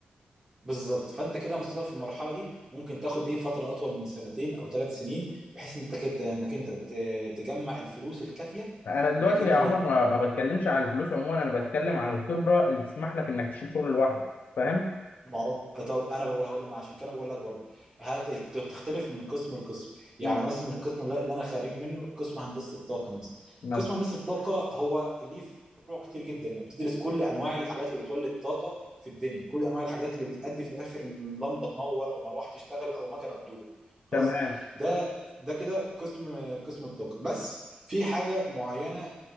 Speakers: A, on the right (about 20°); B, on the left (about 80°).
A: بالظبط فانت كده يا مصطفى في المرحله دي ممكن تاخد ايه فتره اطول من سنتين او ثلاث سنين بحيث ان انت كده انك انت ت- تجمع الفلوس الكافيه
B: انا دلوقتي
A: انك انت
B: يا عمر ما, ما بتكلمش على الفلوس عموما انا بتكلم عن الخبره اللي تسمح لك انك تشيل شغل لوحدك فاهم
A: ما هو طب انا بقول هقول لك ما عشان كده بقول لك برضه ه- الت- تختلف من قسم لقسم يعني
B: مم.
A: مثلا القسم اللي اللي انا خريج منه قسم هندسه الطاقه مثلا
B: مثلا
A: قسم هندسه الطاقه هو ليه فروع كتير جدا انك بتدرس كل انواع الحاجات اللي بتولد طاقه في الدنيا كل انواع الحاجات اللي بتأدي في الاخر ان لمبه تنور او مروحه تشتغل او مكنه تدور خلاص
B: تمام
A: ده ده كده قسم قسم الطاقه بس في حاجه معينه